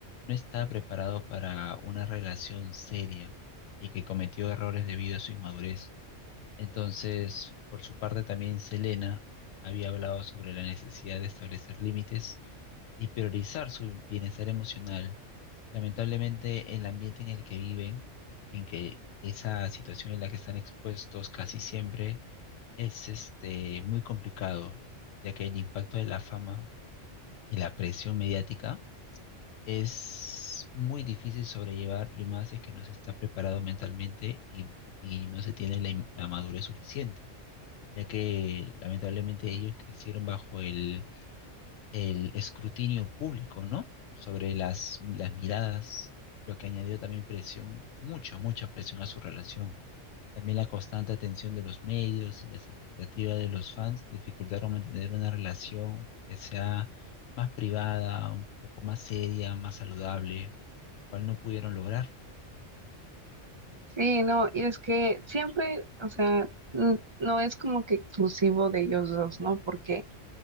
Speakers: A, on the left; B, on the right.
A: no estaba preparado para una relación seria y que cometió errores debido a su inmadurez. Entonces, por su parte, también Selena había hablado sobre la necesidad de establecer límites y priorizar su bienestar emocional. Lamentablemente, el ambiente en el que viven, en que esa situación en la que están expuestos casi siempre, es este, muy complicado, ya que el impacto de la fama y la presión mediática es muy difícil sobrellevar y más si es que no se está preparado mentalmente y, y no se tiene la la madurez suficiente ya que lamentablemente ellos crecieron bajo el, el escrutinio público, ¿no? Sobre las, las miradas, lo que añadió también presión, mucha, mucha presión a su relación. También la constante atención de los medios y las expectativas de los fans dificultaron mantener una relación que sea más privada, un poco más seria, más saludable, cual no pudieron lograr.
B: Sí, no, y es que siempre, o sea, n- no es como que exclusivo de ellos dos, ¿no? Porque